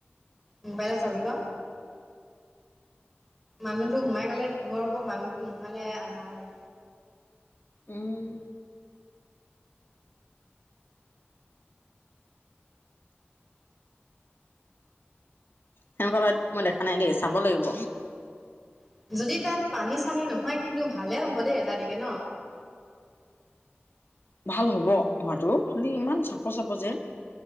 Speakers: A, in the centre; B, on the left.
A: মবাইলত চাবি ক মানুহটো সোমাই গলে পোহৰ হ'ব মানুহটো নোসোমালে আন্ধাৰ হব
B: উম সেনেকুৱা লাইট মই দেখা নাই দেই চাব লাগিব।
A: থাকিব যদি তাত পানী চানী নহয় কিন্তু ভালে হ'ব দেই এজাতিকে ন।
B: ভাল হ'ব হোৱাটো কিন্তু ইমান চাপ চাপ যে।